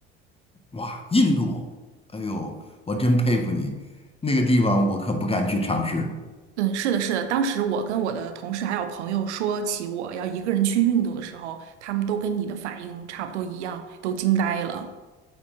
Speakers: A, on the left; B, on the right.
A: 哇，印度，哎呦，我真佩服你，那个地方我可不敢去尝试。
B: 嗯，是的，是的。当时我跟我的同事还有朋友说起我要一个人去印度的时候，他们都跟你的反应差不多一样，都惊呆了。